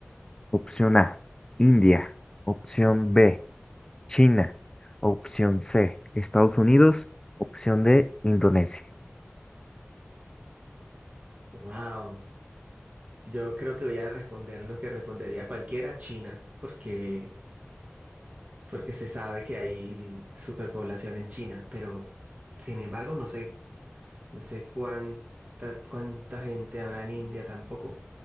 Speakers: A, on the left; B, on the right.
A: Opción A, India. Opción B, China. Opción C, Estados Unidos. Opción D, Indonesia.
B: Wow. Yo creo que voy a responder lo que respondería cualquiera, China, porque porque se sabe que hay superpoblación en China, pero sin embargo no sé, no sé cuánta, cuánta gente habrá en India tampoco.